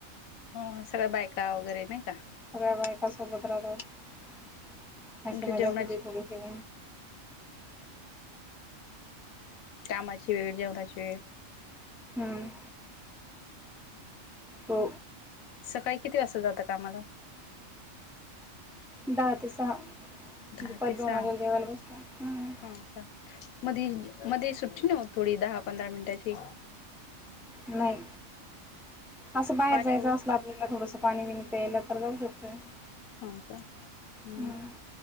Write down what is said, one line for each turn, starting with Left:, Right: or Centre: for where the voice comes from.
Left: हो सगळं बायका वगैरे नाही का?
Centre: सगळ्या बायका सोबत राहतो <inaudible> हशी
Left: तुमच्या
Centre: मजाक
Left: जेवणाची
Centre: होती थोडीसी.
Left: कामाची वेळ, जेवणाची वेळ.
Centre: हमं. तो
Left: सकाळी किती वाजता जाता कामाला
Centre: दहा ते सहा
Left: दहा
Centre: दुपारी
Left: ते
Centre: दोन
Left: सहा
Centre: वाजता जेवायला बसतो. हम्म
Left: हा का मध्ये, मध्ये सुट्टी नव थोडी दहा, पंधरा मिनटाची.
Centre: नाही असं बाहेर
Left: पाणी
Centre: जायच
Left: वगैरे
Centre: असलं आपल्याला थोडस पाणी पेयला तर जाऊ शकतोय.
Left: हो का्
Centre: हम्म.